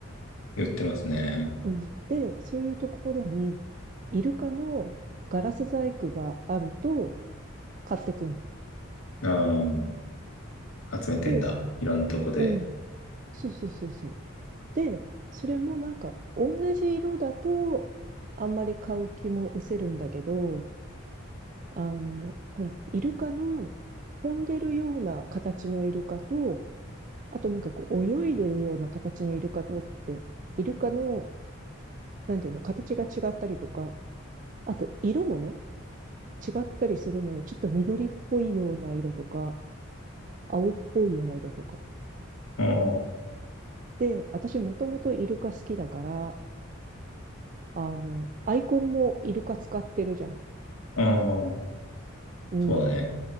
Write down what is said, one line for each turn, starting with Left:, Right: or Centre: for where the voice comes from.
Left: 言ってますね。
Right: うん。で、そういうところに、イルカのガラス細工があると買ってくんの。
Left: ああ、集めてんだ。
Right: で、そ
Left: いろんなとこで。
Right: うん。そうそうそうそう。で、それもなんか同じ色だとあんまり買う気も失せるんだけど、あの、ほら、イルカの飛んでるような形のイルカとあとなんかこう泳いでるような形のイルカとって、イルカの、なんていうの、形が違ったりとか、あと色もね、違ったりするのよ。ちょっと緑っぽいような色とか、青っぽいような色とか。
Left: ああ、
Right: で、私もともとイルカ好きだから、あの、アイコンもイルカ使ってるじゃん。
Left: ああ、
Right: うん。
Left: そうだね。